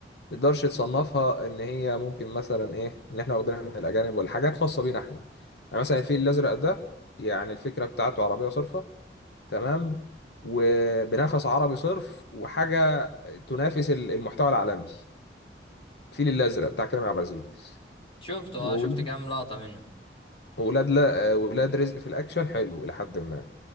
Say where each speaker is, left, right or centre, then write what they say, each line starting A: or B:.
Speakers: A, on the left; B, on the left.
A: تقدرش تصنفها ان هي ممكن مثلا ايه ان احنا واخدينها من الاجانب ولا حاجات خاصه بينا احنا انا مثلا الفيل الازرق ده يعني الفكره بتاعته عربيه صرفه تمام وبنفس عربي صرف وحاجه تنافس ال- المحتوى العالمي الفيل الازرق بتاع كريم عبد العزيز
B: شفته
A: وولاد
B: اه شفت كام لقطة منه
A: ولاد لا ولاد رزق في الاكشن حلو لحد ما